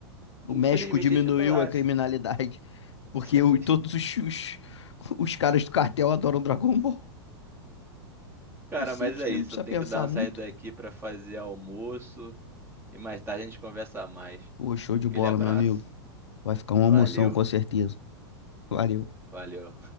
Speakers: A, on the left; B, on the right.
A: O
B: Infelizmente,
A: México diminuiu
B: a gente tá lá.
A: a criminalidade. <laughs> Porque
B: <laughs>
A: o- todos os, os, os caras do cartel adoram Dragon Ball.
B: Cara,
A: É simples,
B: mas é
A: né?
B: isso.
A: Não precisa
B: Eu tenho
A: pensar
B: que dar uma
A: muito.
B: saída aqui pra fazer almoço. E mais tarde a gente conversa mais.
A: Pô, show de
B: Aquele
A: bola,
B: abraço.
A: meu amigo. Vai ficar uma
B: Valeu,
A: emoção, com certeza. Valeu.
B: valeu.